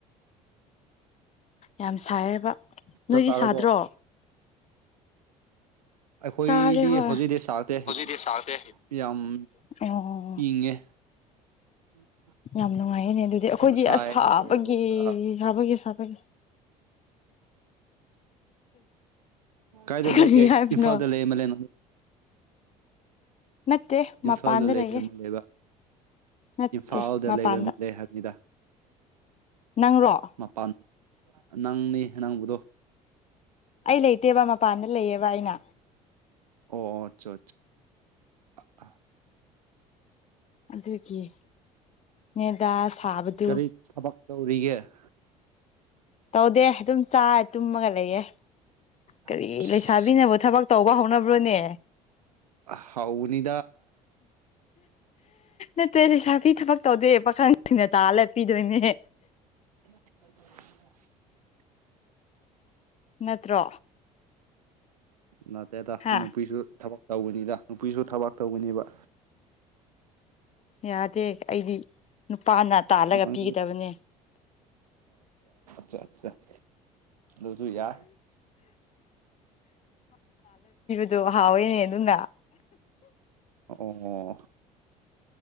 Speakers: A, on the left; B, on the right.
A: ꯌꯥꯝ ꯁꯥꯏꯌꯦꯕ ꯅꯣꯏꯗꯤ
B: ꯆꯥꯛ ꯆꯥꯔꯕꯣ
A: ꯁꯥꯗ꯭ꯔꯣ
B: ꯑꯩꯈꯣꯏꯗꯤ
A: ꯁꯥꯔꯦ ꯍꯣꯏ
B: ꯍꯧꯖꯤꯛꯗꯤ ꯁꯥꯎꯇꯦ
A: ꯍꯧꯖꯤꯛꯗꯤ
B: ꯌꯥꯝ
A: ꯁꯥꯗꯦ
B: ꯌꯥꯝ
A: <unintelligible>
B: ꯏꯪꯉꯦ <inaudible>
A: ꯌꯥꯝ ꯅꯨꯡꯉꯥꯏꯌꯦꯅꯦ ꯑꯗꯨꯗꯤ ꯑꯈꯣꯏꯗꯤ
B: ꯉꯁꯥꯏꯗꯣ
A: ꯑ꯭ꯁ ꯁꯥꯕꯒꯤ
B: ꯈꯔ
A: ꯁꯥꯕꯒꯤ ꯁꯥꯕ ꯀꯩꯅꯣ
B: ꯀꯥꯏꯗ
A: ꯀꯔꯤ
B: ꯂꯩꯒꯦ
A: ꯍꯥꯏꯕꯅꯣ
B: ꯏꯝꯐꯥꯜꯗ ꯂꯩ ꯃ ꯂꯩ
A: ꯅꯠꯇꯦ
B: ꯏꯝꯐꯥꯜꯗ
A: ꯃꯄꯥꯟꯗ
B: ꯂꯩꯕ
A: ꯂꯩꯌꯦ
B: ꯃꯤ ꯂꯩꯕꯥ
A: ꯅꯠꯇꯦ
B: ꯏꯝꯐꯥꯜꯗ
A: ꯃꯄꯥꯟꯗ
B: ꯂꯩꯕ ꯃꯂꯦ ꯍꯥꯏꯕꯅꯤꯗ
A: ꯅꯪꯔꯣ
B: ꯃꯄꯥꯟ ꯅꯪꯅꯤ ꯅꯪꯕꯗꯣ
A: ꯑꯩ ꯂꯩꯇꯦꯕ ꯃꯄꯥꯟꯗ ꯂꯩꯌꯦꯕ ꯑꯩꯅ
B: ꯑꯣ ꯑꯆꯥ ꯑ ꯑ
A: ꯑꯗꯨꯒꯤ ꯅꯦꯗꯥ ꯁꯥꯕꯗꯨ
B: ꯀꯔꯤ ꯊꯕꯛ ꯇꯧꯔꯤꯒꯦ
A: ꯇꯧꯗꯦ ꯑꯗꯨꯝ ꯆꯥ ꯇꯨꯝꯃꯒ ꯂꯩꯌꯦ ꯀꯔꯤ
B: ꯑꯁ
A: ꯂꯩꯁꯥꯕꯤꯅꯕꯨ ꯊꯕꯛ ꯇꯧꯕ ꯍꯧꯅꯕ꯭ꯔꯣꯅꯦ
B: ꯍꯥꯎꯅꯤ
A: ꯅꯠꯇꯦ ꯂꯩꯁꯥꯕꯤ ꯊꯕꯛ ꯇꯧꯗꯦ ꯄꯥꯈꯪꯁꯤꯡꯅ ꯇꯥꯜꯂ ꯄꯤꯗꯣꯏꯅꯦ
B: <unintelligible>
A: ꯅꯠꯇ꯭ꯔꯣ
B: ꯅꯠꯇꯦꯗ
A: ꯍꯥ
B: ꯅꯨꯄꯤꯁꯨ ꯊꯕꯛ ꯇꯧꯕꯅꯤꯗ ꯅꯨꯄꯤꯁꯨ ꯊꯕꯥꯛ ꯇꯧꯒꯅꯦꯕ
A: ꯌꯥꯗꯦ ꯑꯩꯗꯤ ꯅꯨꯄꯥꯅ ꯇꯥꯜꯂꯒ
B: ꯅꯪꯗꯤ
A: ꯄꯤꯒꯗꯕꯅꯦ
B: ꯆꯥꯆꯥ ꯑꯗꯨꯁꯨ ꯌꯥꯢ
A: ꯑꯗꯨ ꯍꯥꯎꯋꯦꯅꯦ ꯑꯗꯨꯅ
B: ꯑꯣ